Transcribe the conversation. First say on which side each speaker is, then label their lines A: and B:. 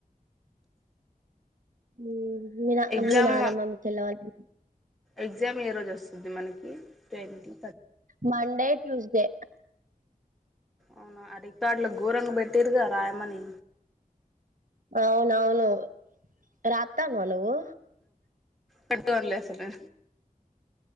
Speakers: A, on the right (about 60°); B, in the centre.
A: ఉహు మీనా
B: ఎగ్జామ్
A: మీ నానమ్మ మీ కెళ్ళవాలి
B: ఎగ్జామ్ ఏ రోజు వస్తుంది మనకి ట్వంటి
A: మండే ట్యూస్ దె
B: అవునా అ రికార్డులు ఘోరంగ పెట్టిరుగా రాయమని
A: అవునవును రాత్తన్నావా నువ్వు
B: కట్టు అని లేసానే